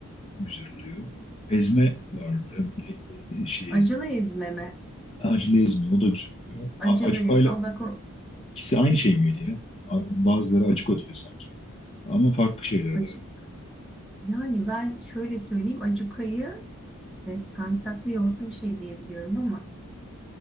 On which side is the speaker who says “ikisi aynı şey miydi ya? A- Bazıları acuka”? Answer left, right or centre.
Left